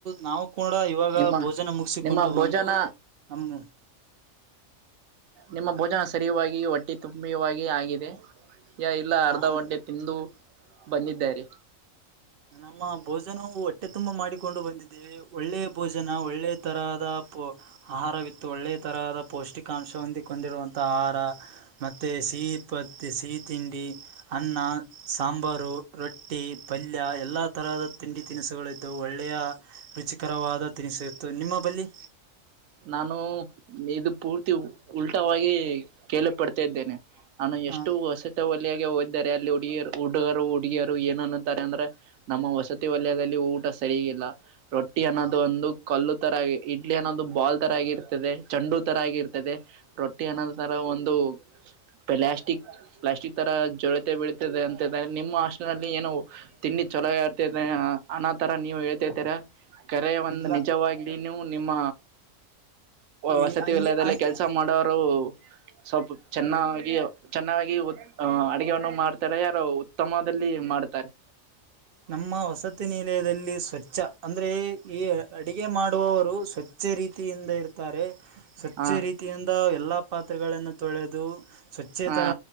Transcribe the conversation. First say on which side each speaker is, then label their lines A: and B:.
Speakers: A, on the right; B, on the right.
A: ನಾವು ಕೂಡ ಇವಾಗ
B: ನಿಮ್ಮ
A: ಭೋಜನ ಮುಗಿಸಿಕೊಂಡು
B: ನಿಮ್ಮ ಭೋಜನ
A: ಬಂದು. ಹಮದು.
B: ನಿಮ್ಮ ಭೋಜನ ಸರಿಯವಾಗಿಾಗಿ ಹೊಟ್ಟೆ ತುಂಬಾಗಿ ಆಗಿದೆ ಯ ಇಲ್ಲ ಅರ್ಧ
A: ನಾನ್
B: ಹೊಟ್ಟೆ. ತಿಂದು ಬಂದಿದ್ದಾರೆ.
A: ನಮ್ಮ ಭೋಜನವು ಹೊಟ್ಟೆ ತುಂಬಾ ಮಾಡಿಕೊಂಡು ಬಂದಿದೆ. ಒಳ್ಳೆ ಭೋಜನ ಒಳ್ಳೆ ತರಹದ ಪ. ಆಹಾರವಿತ್ತು ಒಳ್ಳೆ ತರಹದ ಪೌಷ್ಟಿಕಾಂಶ ಹೊಂದಿಗೆ ಹೊೊಂಡಿರುವಂತಹ ಆಹಾರ. ಮತ್ತೆ ಸಿಹಿ ಪತ್ತ ಸಿಹಿ ತಿಂಡಿ. ಅನ್ನ ಸಾಂಬಾರು ರೊಟ್ಟಿ ಪಲ್ಲಿ. ಇಲ್ಲಿಯ ಎಲ್ಲಾ ತರಹದ ತಿಂಡಿ ತಿನಿಸುಗಳುತ್ತು ಒಳ್ಳೆಯ. ರುಚಿಕರವಾದ ತಿನಿಸು ಇತ್ತು ನಿಮ್ಮ ಬಳ.
B: ನಾನು ಇದು ಪೂರ್ತಿ ಉಲ್ಟವಾಗಿ ಕೇಳೇಳ ಪಡ್ತಾ ಇದ್ದೇನೆ. ನಾನು
A: ಹ
B: ಎಷ್ಟು ಹೊಸತ ಒಲಯಾಗ ಹೋಗ್ದಾರೆ ಅಲ್ಲಿ ಹುಡುಗಿಯರು ಹುಡುಗರು ಹುಡುಗಿಯರು ಏನ ಅಂನೊತಾರೆ ಅಂದ್ರ. ನಮ್ಮ ವಸತಿ ವಲಯದಲ್ಲಿ ಊಟ ಸರಿಗಿಲ್ಲ ರೊಟ್ಟಿ ಅನ್ನೋದು
A: ಹ
B: ಒಂದು ಕಲ್ಲು ತರ. ಲೇ ನಂದು ಬಾಲ್ ತರ ಆಗಿರ್ತದೆ ಚಂಡು ತರ ಆಗಿರ್ತದೆ ರೊಟ್ಟ. ಟೇ
A: ಹ
B: ನಂತರ ಒಂದು ಪ್ಲ್ಯಾಸ್ಟಿಕ್. ಪ್ಲಾಸ್ಟಿಕ್ ತರ ಜೋಳಿತೆ ಬೀಳ್ತಿದೆ ಅಂತ್ರೆ ನಿಮ್ಮ ಹಾಸ್ಟೇಲ್ ಏನು. ತಿಂಡಿ ಚೊಲಾಗ ಆರ್ತ ಅನ ತರ ನೀವ್ ಹೇಳ್ತಾ ಇದತರಾ. ಕೆರೆ ಒಂದು
A: ಇಲ್ಲ
B: ನಿಜವಾಗ್ಲೂ ನಿಮ್ಮ.
A: ಈ
B: ವಸತಿ
A: ಹಂಗೆ
B: ವಲಯದಲ್ಲಿ
A: ಹಂಗ್
B: ಕೆಲ್ಸ ಮಾಡೋರು. ಸ್ವಲ್ಪ ಚೆನ್ನಾಗಿ ಚೆನ್ನಾಗಿ. ಹ ಅಡಗೆವನ್ನು ಮಾಡ್ತಾರೆ ಯಾರು ಉತ್ತಮದಲ್ಲಿ ಮಾಡ್ತಾರೆ.
A: ನಮ್ಮ ವಸತಿ ನಿಲಯದಲ್ಲಿ ಸ್ವಚ್ಛ ಅಂದ್ರೆ ಈ. ಅಡುಗೆ ಮಾಡುವವರು ಸ್ವಚ್ಛ ರೀತಿಯಿಂದ ಇರ್ತಾರೆ ಸ್ವಚ್ಛ
B: ಹಾ
A: ರೀತಿ ವತಿಯಿಂದ ಎಲ್ಲ ಪಾತ್ರೆಗಳನ್ನು ತೊಳೆದು ಸ್ವಚ್ಛೇ
B: ಹಾ
A: ತರ.